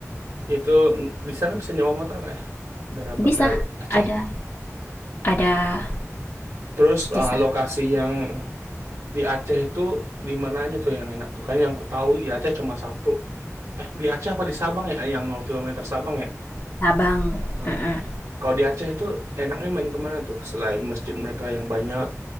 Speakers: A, on the right; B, on the left.
A: Itu mm, di sana bisa nyewa motor nggak ya? Dari Bandar
B: Bisa
A: Aceh.
B: ada ada
A: Terus
B: bisa
A: ah, lokasi yang di Aceh itu di mana aja tuh yang enak tuh kan? Yang ku tahu di Aceh cuma satu. Eh di Aceh apa di Sabang ya? Yang nol kilometer Sabang ya?
B: Sabang.
A: Heeh.
B: Heeh.
A: Kalau di Aceh itu enaknya main kemana tuh? Selain masjid mereka yang banyak,